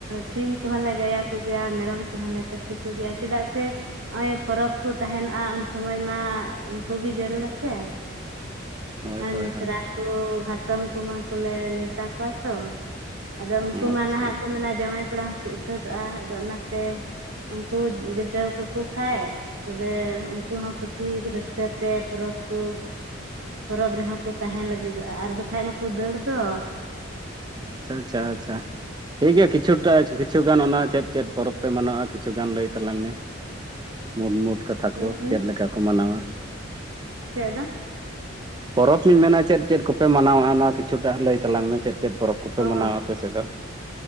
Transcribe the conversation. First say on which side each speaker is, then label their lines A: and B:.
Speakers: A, on the right (about 80°); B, on the right (about 20°).
A: ᱥᱤᱢ ᱠᱚᱦᱚᱸ ᱞᱮ ᱜᱟᱭᱟ ᱠᱚᱜᱮᱭᱟ ᱢᱮᱨᱚᱢ ᱠᱚᱦᱚᱸ ᱞᱮ ᱠᱟᱹᱥᱤᱼᱼ ᱜᱮᱭᱟ ᱪᱮᱫᱟᱜ ᱥᱮ? ᱱᱚᱭ ᱯᱚᱨᱚᱵᱽ ᱠᱚ ᱛᱟᱦᱮᱱᱚᱜᱼᱟ ᱩᱱ ᱥᱚᱢᱚᱭ ᱢᱟ ᱩᱱᱠᱩ ᱜᱮ ᱡᱟᱹᱨᱩᱲᱟ ᱥᱮᱼᱼ
B: ᱦᱳᱭ ᱦᱳᱭ
A: ᱢᱤᱥᱨᱟ
B: ᱦᱳᱭ
A: ᱠᱚ ᱦᱟᱛᱚᱢ ᱠᱩᱢᱟᱹ ᱠᱚᱞᱮ ᱱᱮᱣᱛᱟ ᱠᱚᱣᱟ ᱛᱚᱼᱼ ᱟᱫᱚ ᱩᱱᱠᱩ
B: ᱟᱪᱪᱷᱟ
A: ᱢᱟ ᱱᱟᱦᱟᱜ ᱠᱚ ᱢᱮᱱᱟ ᱡᱟᱶᱟᱭ ᱠᱚᱲᱟ ᱦᱚᱸᱠᱚ ᱩᱥᱟᱹᱫᱚᱜᱼᱟ ᱟᱫᱚ ᱚᱱᱟᱛᱮᱼᱼ ᱩᱱᱠᱩ ᱡᱩᱴᱟᱣ ᱠᱟᱠᱩᱼᱼ ᱦᱮᱸ ᱛᱚᱵᱮ ᱩᱱᱠᱩ ᱦᱚᱸ ᱠᱩᱥᱤ ᱨᱟᱹᱥᱠᱟᱹ ᱛᱮ ᱯᱩᱨᱟ ᱠᱚᱼᱼ ᱯᱚᱨᱚᱵᱽ ᱨᱮᱦᱚᱸ ᱠᱚ ᱛᱟᱦᱮᱱ ᱞᱟᱹᱜᱤᱫᱚᱜᱼᱟ ᱟᱨ ᱵᱟᱠᱷᱟᱱ ᱢᱟᱠᱚ ᱫᱟᱹᱲ ᱫᱚᱼᱼ
B: ᱟᱪᱪᱷᱟ ᱟᱪᱪᱷᱟ ᱟᱪᱪᱷᱟ᱾ ᱴᱷᱤᱠ ᱜᱮᱭᱟ ᱠᱤᱪᱷᱩᱴᱟ ᱠᱤᱪᱷᱩᱜᱟᱱ ᱚᱱᱟ ᱪᱮᱫ ᱪᱮᱫ ᱯᱚᱨᱚᱵᱽ ᱯᱮ ᱢᱟᱱᱟᱣᱟ ᱠᱤᱪᱷᱩᱜᱟᱱ ᱞᱟᱹᱭ ᱛᱟᱞᱟᱝ ᱢᱮ᱾ ᱢᱩᱞᱢᱩᱴ ᱠᱟᱛᱷᱟ
A: ᱦᱩᱸ
B: ᱠᱚ
A: ᱦᱩᱸ
B: ᱪᱮᱫ ᱞᱮᱠᱟ ᱠᱚ ᱢᱟᱱᱟᱣᱟ᱾
A: ᱪᱮᱫ ᱟᱫᱚᱼᱼ
B: ᱯᱚᱨᱚᱵᱽ ᱤᱧ ᱢᱮᱱᱟ ᱪᱮᱫ ᱪᱮᱫ ᱠᱚᱯᱮ ᱢᱟᱱᱟᱣᱟ ᱚᱱᱟ ᱠᱤᱪᱷᱩᱴᱟ ᱞᱟᱹᱭ ᱛᱟᱞᱟᱝ ᱢᱮ ᱪᱮᱫ ᱪᱮᱫ ᱯᱚᱨᱚᱵᱽ ᱠᱚᱯᱮ
A: ᱦᱚ,
B: ᱢᱟᱱᱟᱣᱟ ᱟᱯᱮ ᱥᱮᱫ ᱫᱚ?